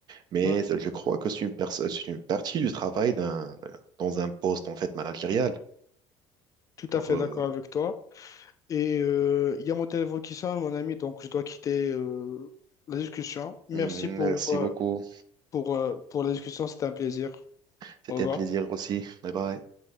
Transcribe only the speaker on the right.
mais
je crois que c'est une, pers- c'est une partie du travail d'un, dans un poste en fait managérial.
Alors,
euh,
merci
beaucoup.
C'était
un plaisir aussi. Bye bye.